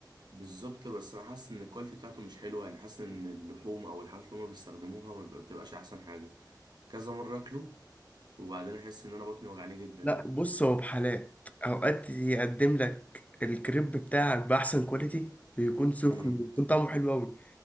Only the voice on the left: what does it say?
لا
بص هو بحالات اوقات يقدم لك الكريب بتاعك باحسن كواليتي ويكون سخن
ويكون طعمه حلو قوي